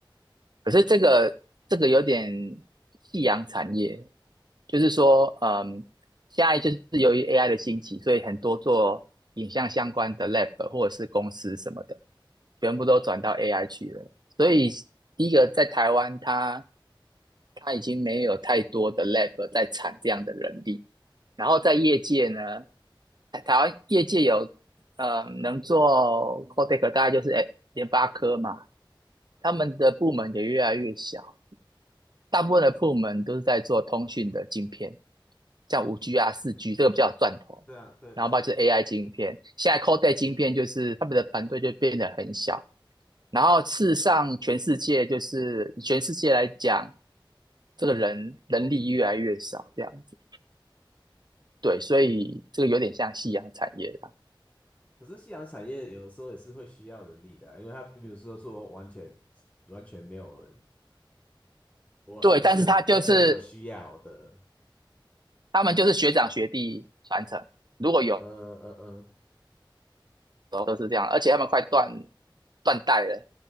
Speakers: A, on the right; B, on the left.
A: 可是这个这个有点夕阳产业，就是说，嗯，现在就是由于 AI 的兴起，所以很多做影像相关的 lab 或者是公司什么的，全部都转到 AI 去了。所以第一个在台湾，它他已经没有太多的 lab 在产这样的人力。然后在业界呢，台台湾业界有呃能做 Codec，大概就是哎联发科嘛，他们的部门也越来越小，大部分的部门都是在做通讯的晶片，像五 g 啊、四 g 这个比较有赚头，
B: 对啊，对，
A: 然后包括就是
B: 这
A: AI 晶片，现在 Codec 晶片就是他们的团队就变得很小，然后事实上全世界就是全世界来讲，这个人人力越来越少这样子，对，所以这个有点像夕阳产业啦，
B: 可是夕阳产业有的时候也是会需要人力的啊因为它比如说说完全完全没有人，我不是完全没有需要的，
A: 对，但是他就是他们就是学长学弟传承，如果有
B: 呃呃呃，
A: 都是这样，而且他们快断断代了。